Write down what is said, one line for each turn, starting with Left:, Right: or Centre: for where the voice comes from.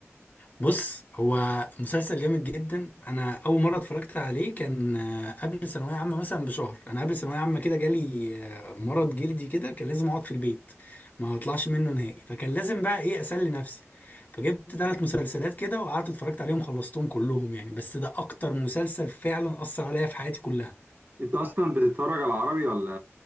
Left: بص هو مسلسل جامد جدا انا اول مره اتفرجت عليه كان آه، قبل ثانويه عامه مثلا بشهر انا قبل ثانويه عامه كده جالي آه، مرض جلدي كده كان لازم اقعد في البيت ما اطلعش منه نهائي فكان لازم بقى ايه اسلي نفسي فجبت ثلاث مسلسلات كده وقعدت اتفرجت عليهم خلصتهم كلهم يعني بس ده اكتر مسلسل فعلا اثر عليا في حياتي كلها
Right: انت اصلا بتتفرج على عربي ولا